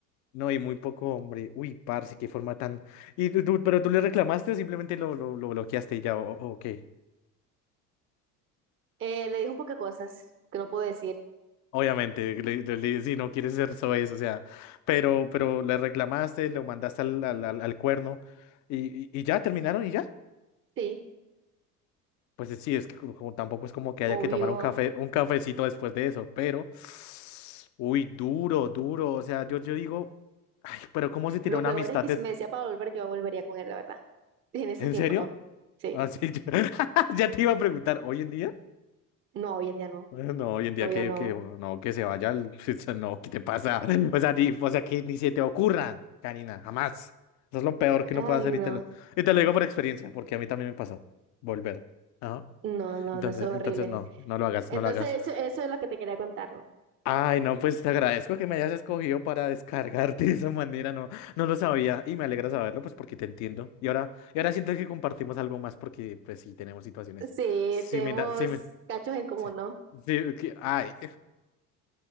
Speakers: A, on the left (about 40°); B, on the right (about 25°).
A: No, y muy poco hombre. Uy, parce, qué forma tan. ¿Y tú, tú- pero tú le reclamaste o simplemente lo, lo, lo bloqueaste y ya, o, o qué?
B: Eh, le dije un poco de cosas que no pude decir.
A: Obviamente, le- le- le- si no quieres ser soez, o sea, pero, pero le reclamaste, lo mandaste al, al, al- al cuerno y, y, y ya terminaron y ya.
B: Sí,
A: Pues es- sí, es que como, como tampoco es como que haya
B: obvio.
A: que tomar un café, un cafecito después de eso, pero. Uy, duro, duro. O sea, yo, yo digo, ay, pero ¿cómo se tiene
B: Lo
A: una
B: peor
A: amistad
B: es que
A: de...
B: si me decía para volver, yo volvería con él, la verdad. <laughs> Y en esos
A: ¿En
B: tiempos
A: serio?
B: no. Sí.
A: Así yo- <laughs> ya te iba a preguntar, ¿hoy en día?
B: No, hoy en día no.
A: Eh, No, hoy en día
B: Obvio
A: que,
B: no.
A: que no, que se vaya al- <laughs> o sea, No, ¿qué te pasa? <laughs> O sea, ni, o sea, que ni se te ocurra, Karina, jamás. Eso es lo peor
B: Ay,
A: que uno puede hacer
B: no.
A: y te lo, y te lo digo por experiencia, porque a mí también me pasó. Volver. Ajá.
B: No, no,
A: Entonces,
B: no, eso es
A: entonces
B: horrible.
A: no, no lo hagas,
B: Entonces,
A: no lo hagas.
B: eso, eso es lo que te quería contar, ¿no?
A: Ay, no, pues te agradezco que me hayas escogido para descargarte <laughs> de esa manera, no, no lo sabía y me alegra saberlo, pues porque te entiendo. Y ahora, y ahora siento que compartimos algo más porque, pues sí, tenemos situaciones
B: Sí,
A: similares,
B: tenemos
A: sí,
B: cachos en común,
A: sí,
B: ¿no?
A: sí, que- ay.